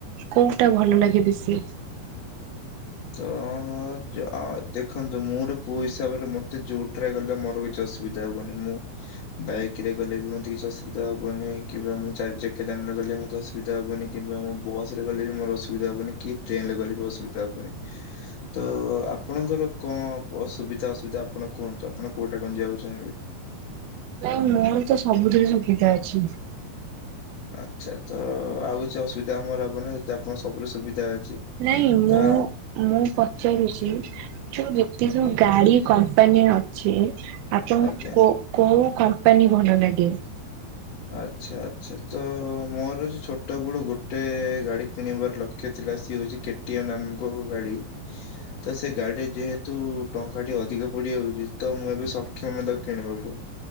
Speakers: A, on the right; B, on the left.
A: କୋଉଟା ଭଲ ଲାଗେ ବେସି
B: ତ ହଁ ଦେଖନ୍ତୁ ମୁୋର ପୁଅ ହିସାବରେ ମତେ ଯୋଉଟରେ ଗଲେ ମୋର କିଛି ଅସୁବିଧା ହବନି ମୁଁ ବାଇକ ରେ ଗଲେ ବି ମୋତେ କିଛି ଅସୁବିଧା ହବନି କିମ୍ବା ମୁଁ ଚାରି ଚକିଆ ଯାନରେଗଲେ ମତ ଅିଧ ଅସବିଧା ହବନି କିମ୍ବା ମୁଁ ବସ ରେ ଗଲେ ବି ମୋର ଅସୁବିଧା ହବନି କି ଟ୍ରେନ ରେ ଗଲେ ବି ଅସୁବିଧା ହବନି ତ ଆପଣଙ୍କର କଣ ଅସୁବିଧା ଅସୁବିଧା ଆପଣ କୁହନ୍ତୁ ଆପଣ କୋଉଟା କଣ ଯିବାକୁ ଚାହିଁବେ
A: ନ ମୋର ତ ସବୁଥିରେ ସୁବିଧା ଅଛି
B: ଆଚ୍ଛା ତ ଆଉ କିଛି ଅସୁବିଧା ଆମର ଆପ ଆପଣ ସବୁରେ ସୁବିଧା ଅଛି
A: ନାଇଁ ମୁଁ
B: ତା
A: ମୁଁ ପଚାରଛି ଯଉ ଯେତେ ଯୋଉ ଗାଡି କମ୍ପାନୀ ଅଛି ଆପଣ
B: ଆଜ୍ଞା।
A: କୋଉ ହଉ କମ୍ପାନୀ ଭଲ ଲାଗେ
B: ଆଚ୍ଛା ଆଚ୍ଛା ତ ମୋର ଯୋଉ ଛୋଟ ବେଳୁ ଗୋଟେ ଗାଡି କିଣିବାର ଲକ୍ଷ୍ୟ ଥିଲା ସିଏ ହଉଛି କେ ଟି ଏମ ନାମକ ଗାଡ଼ି ତ ସେ ଗାଡିରେ ଯେହେତୁ ଟଙ୍କାଟି ଅଧିକା ପଡିଯାଉଛି ତ ମୁଁ ଏବେ ସକ୍ଷମ ତାକୁ କିଣିବାକୁ।